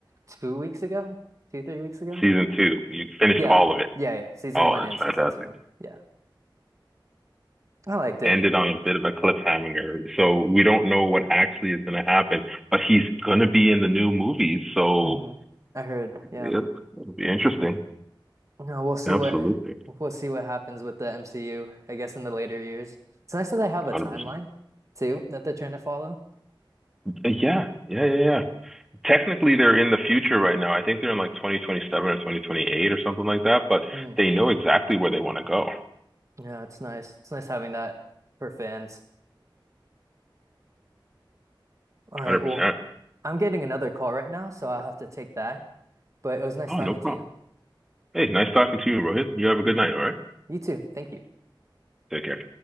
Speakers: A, on the right; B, in the centre.
A: two weeks ago, two, three weeks ago.
B: Season two. You finished
A: Yeah.
B: all of it.
A: Yeah, yeah. Season
B: Oh,
A: one
B: that's
A: and
B: fantastic.
A: season two. Yeah. I liked it.
B: ended on a bit of a cliffhanger. So we don't know what actually is going to happen, but he's going to be in the new movies. So
A: hmm I heard, yeah.
B: it, it'll be interesting.
A: No, we'll see
B: Absolutely.
A: what we'll see what happens with the MCU, I guess in the later years. It's nice that they have a
B: 100%.
A: timeline too that they're trying to follow.
B: Yeah. Yeah. Yeah. Yeah. Technically, they're in the future right now. I think they're in like 2027 or 2028 or something like that, but
A: Mm.
B: they know exactly where they want to go.
A: Yeah, it's nice. It's nice having that for fans. All right,
B: 100%.
A: well, I'm getting another call right now, so I'll have to take that. But it was nice
B: Oh,
A: talking
B: no problem.
A: to you.
B: Hey, nice talking to you, Rohit. You have a good
A: All right.
B: night. All right.
A: You too. Thank you.
B: Take care.